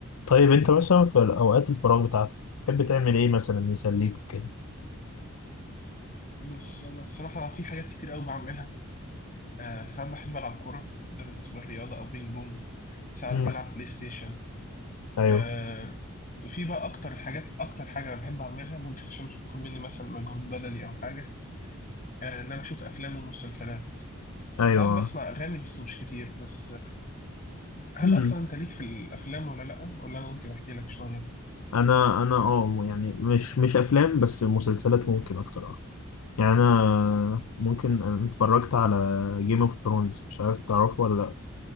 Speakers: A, on the left; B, on the left.
A: طيب انت مثلا في اوقات الفراغ بتاعتك تحب تعمل ايه مثلا يسليك وكده
B: بص انا الصراحه في حاجات كتير قوي بعملها آه ساعات بحب العب كوره ده بالنسبه للرياضه او بينج بونج ساعات
A: امم
B: بلعب بلاي ستيشن
A: ايوه
B: آه وفي بقى اكتر الحاجات اكتر حاجه بحب اعملها ممكن عشان مش تاخد مني مثلا مجهود بدني او حاجه آه ان انا بشوف افلام ومسلسلات
A: ايوه
B: ساعات بسمع اغاني بس مش كتير بس هل
A: امم
B: اصلا انت ليك في الافلام ولا لا ولا انا ممكن احكي لك شويه
A: انا انا اه يعني مش مش افلام بس مسلسلات ممكن اكتر اه يعني انا ممكن أنا اتفرجت على جيم اوف ثرونز مش عارف تعرفه ولا لا